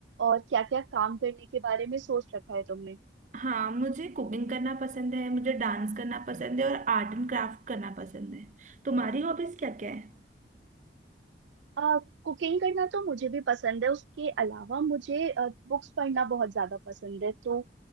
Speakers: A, on the right; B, on the right.
A: और क्या क्या काम करने के बारे में सोच रखा है तुमने
B: हाँ मुझे कुकिंग करना पसंद है मुझे डांस करना पसंद है और आर्ट एंड क्राफ्ट करना पसंद है तुम्हारी हॉबीज क्या क्या है
A: आ, कुकिंग करना तो मुझे भी पसंद है उसके अलावा मुझे बुक्स पढ़ना बहुत ज्यादा पसंद है तो